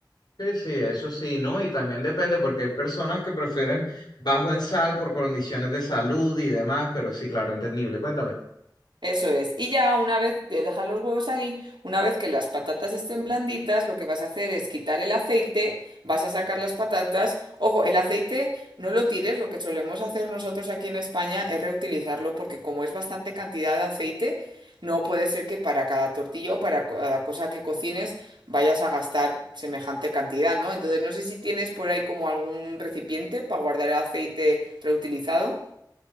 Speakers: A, on the left; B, on the right.
A: Sí, sí, eso sí, ¿no? Y también depende porque hay personas que prefieren bajo en sal por condiciones de salud y demás, pero sí, claro, entendible. Cuéntame.
B: Eso es. Y ya una vez de dejar los huevos ahí, una vez que las patatas estén blanditas, lo que vas a hacer es quitar el aceite, vas a sacar las patatas. Ojo, el aceite no lo tires, lo que solemos hacer nosotros aquí en España es reutilizarlo porque como es bastante cantidad de aceite, no puede ser que para cada tortilla o para cada cosa que cocines vayas a gastar semejante cantidad, ¿no? Entonces no sé si tienes por ahí como algún recipiente para guardar el aceite reutilizado.